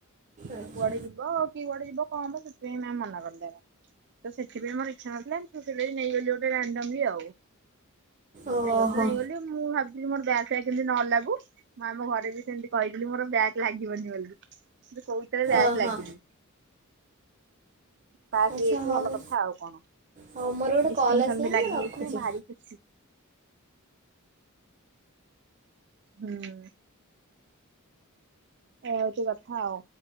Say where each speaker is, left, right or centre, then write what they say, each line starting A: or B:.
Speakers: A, on the right; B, on the right.
A: ଆଚ୍ଛା।
B: ଆଉ କୁଆଡେ ଯିବ କିଏ କୁଆଡେ ଯିବ କଁ ହବ ସେଥିପାଇଁ ମ୍ୟାମ ମନା କରିଦେଲେ ତ ସେ ସେଥିପାଇଁ ମୋରୋ ଇଚ୍ଛା ନଥିଲା <unintelligible> ନେଇଗଲି ଗୋଟେ ରାଣ୍ଡମଲ୍ଲୀ ଆଉ।
A: ଓହୋ।
B: ନେଇଗଲି ତ ନେଇଗଲି ମୁଁ ଭାବି ଥିଲି ମୋରୋ ବ୍ୟାକ୍ ଫ୍ୟାକ୍ ଯେମିତି ନ ଲାଗୁ ମୁଁ ଆମ ଘରେ ବି ସେମିତି କହିଥିଲି ମୋର ବ୍ୟାକ୍ ଲାଗିବନି ବୋଲି। ମୋରୋ କୋଉଟାରେ ବ୍ୟାକ୍
A: ଓହୋ
B: ଲାଗିନି। ପାସ୍
A: ଆଚ୍ଛା
B: ହେଇଯାଇଚି
A: ହଉ
B: ଭଲ କ ଥା ଆଉ କଣ
A: ହଉ ମୋର ଗୋଟେ
B: ଡିଷ୍ଟିନେଶନ
A: କଲ୍ ଆସିଲାଣି
B: ବି ଲାଗିଯାଇଚି
A: ରଖୁଛି।
B: ମୁଁ ଭାରି ଖୁସି। ହୁଁ। ଏୟା ହୋଉଚି କଥା ଆଉ।